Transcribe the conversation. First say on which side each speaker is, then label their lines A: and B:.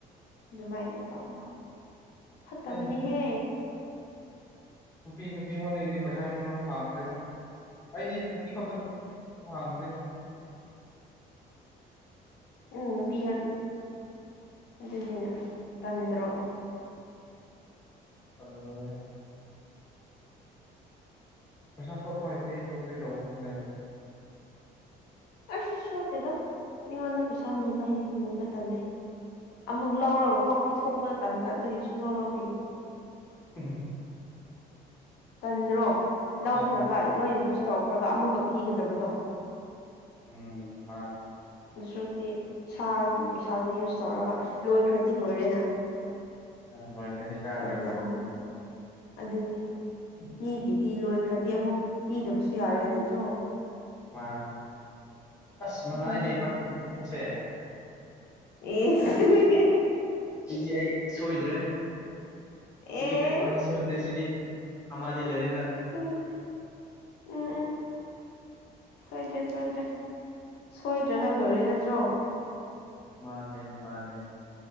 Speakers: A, on the left (about 75°); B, on the left (about 20°).
A: ꯗꯨꯃꯥꯏꯅ ꯇꯧꯕ ꯐꯠꯇꯕꯅꯤꯍꯦ
B: ꯑꯩ ꯅꯨꯄꯤ ꯅꯨꯄꯤ ꯑꯉꯣꯟꯗꯩꯗꯤ ꯄꯩꯁꯥꯗꯤ ꯑꯃꯔ ꯍꯥꯡꯈ꯭ꯔꯦꯗ ꯑꯩꯗꯤ ꯅꯨꯄꯤ ꯈꯛꯇꯪ ꯃꯨ ꯍꯥꯡꯈ꯭ꯔꯦꯗ
A: ꯎꯝ ꯅꯨꯄꯤ ꯉꯟ ꯑꯗꯨꯅꯦ ꯇꯟꯗ꯭ꯔꯣ
B: ꯇꯜꯂꯦ ꯄꯩꯁꯥ ꯁꯣꯠꯄ ꯍꯩꯇꯦ ꯗꯨ ꯀꯩꯇꯧꯕ ꯐꯪꯉꯦ
A: ꯑꯩꯁꯨ ꯁꯣꯠꯇꯦꯗ ꯃꯤꯉꯣꯟꯗ ꯄꯩꯁꯥ ꯅꯤꯕ ꯍꯩꯇꯦ ꯅꯤꯕ ꯇꯜꯂꯦ ꯑꯃꯨꯛ ꯂꯧꯔꯒꯀꯣ ꯄꯤꯊꯣꯛꯄ ꯇꯟꯕ ꯑꯗꯨꯒꯤ ꯁꯨꯛꯂꯧ ꯂꯧꯗꯦ ꯑꯩꯗꯤ
B: <unintelligible>
A: ꯇꯟꯗ꯭ꯔꯣ ꯂꯧꯈ꯭ꯔꯒ
B: ꯆꯝꯅ
A: ꯂꯣꯏꯅ ꯌꯨꯁ ꯇꯧꯈ꯭ꯔꯒ ꯑꯃꯨꯛꯀ ꯄꯤꯒꯗꯕꯗꯣ
B: ꯎꯡ ꯃꯥꯅꯦ
A: ꯗꯨ ꯁꯔꯨꯛꯇꯤ ꯏꯁꯥꯒꯤ ꯄꯩꯁꯥꯗꯣ ꯌꯨꯁ ꯇꯧꯔꯒ ꯂꯣꯏꯈ꯭ꯔꯗꯤ ꯂꯣꯏꯔꯦꯅ
B: ꯑ ꯂꯣꯏꯈ꯭ꯔꯗꯤ ꯆꯥꯗ꯭ꯔ
A: ꯑꯗꯨꯗ
B: ꯂꯣꯏ
A: ꯑꯃꯨꯛ ꯑꯗꯨꯅꯤ ꯃꯤꯒꯤꯗꯤ ꯂꯣꯏꯈ꯭ꯔꯗꯤ ꯑꯃꯨꯛ ꯄꯤꯗꯕꯁꯨ ꯌꯥꯔꯣꯏ ꯅꯠꯇ꯭ꯔꯣ
B: ꯃꯥꯅꯦ ꯑꯁ ꯃꯅꯅꯦꯕꯥꯏ
A: ꯑꯗꯨꯅ
B: <unintelligible>
A: ꯑꯦꯁ <unintelligible>
B: ꯁꯤꯗꯤ ꯑꯩ ꯁꯣꯏꯗ꯭ꯔꯦ ꯁꯤꯗꯤ
A: ꯑꯦ
B: ꯀꯩꯅꯣꯗꯤ ꯁꯣꯏꯗ꯭ꯔꯦ ꯁꯤꯗꯤ ꯑꯃꯗꯤ ꯂꯩꯔꯦꯅ
A: ꯁꯣꯏꯗ꯭ꯔꯦ ꯎꯝ ꯎꯝ ꯁꯣꯏꯗ꯭ꯔꯦ ꯁꯣꯏꯗ꯭ꯔꯦ ꯁꯣꯏꯗ꯭ꯔꯒ ꯂꯣꯏꯔꯦ ꯅꯠꯇ꯭ꯔꯣ
B: ꯃꯥꯟꯅꯦꯟ ꯃꯥꯟꯂꯦꯅꯦ